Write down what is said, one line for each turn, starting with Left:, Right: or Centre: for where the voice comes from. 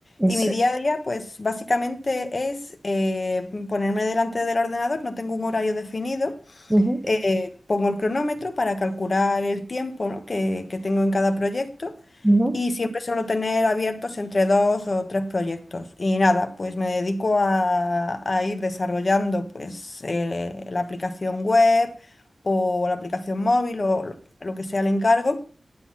Left: Y mi
Centre: Sí.
Left: día a día, pues básicamente es eh, ponerme delante del ordenador, no tengo un horario definido,
Centre: ujú,
Left: eh, pongo el cronómetro para calcular el tiempo, ¿no? que, que tengo en cada proyecto
Centre: ujú,
Left: y siempre suelo tener abiertos entre dos o tres proyectos. Y nada, pues me dedico a, a ir desarrollando pues eh, la aplicación web o la aplicación móvil o lo lo que sea el encargo.